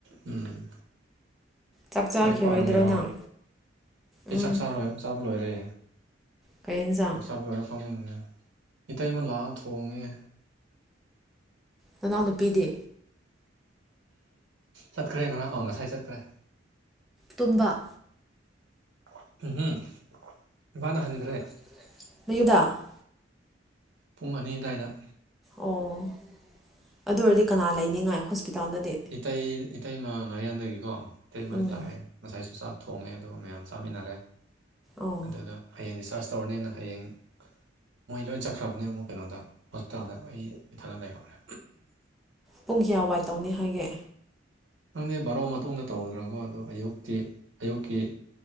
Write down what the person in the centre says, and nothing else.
ꯆꯥꯛ ꯆꯥꯈꯤꯔꯣꯏꯗ꯭ꯔꯣ
ꯅꯪ꯫
ꯎꯝ
ꯀꯩ ꯌꯦꯟꯁꯥꯡ
ꯅꯅꯥꯎ ꯅꯨꯄꯤꯗꯤ꯫
ꯇꯨꯝꯕ꯫
<unintelligible>
ꯑꯣ ꯑꯗꯨ ꯑꯣꯏꯔꯗꯤ ꯀꯅꯥ ꯂꯩꯅꯤꯉꯥꯏ ꯍꯣꯁꯄꯤꯇꯥꯜꯗꯗꯤ꯫
ꯎꯝ
ꯑꯣ
ꯄꯨꯡ ꯀꯌꯥ ꯋꯥꯏ ꯇꯧꯅꯤ ꯍꯥꯏꯒꯦ꯫